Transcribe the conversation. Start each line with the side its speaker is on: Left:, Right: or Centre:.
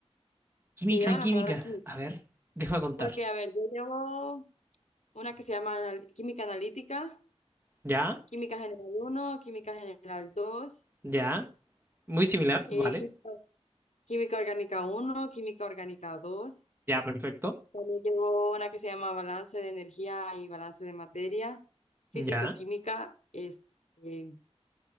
Right: Química,
Left: que llevan la
Right: química.
Left: palabra química.
Right: A ver, deja contar.
Left: Porque, a ver, yo llevo una que se llama anal- química analítica.
Right: Ya,
Left: Química general uno, química general 2,
Right: ya. Muy similar,
Left: eh,
Right: vale.
Left: química, química orgánica uno, química orgánica 2.
Right: Ya, perfecto.
Left: También llevo una que se llama balance de energía y balance de materia, físico-química,
Right: Ya.
Left: este,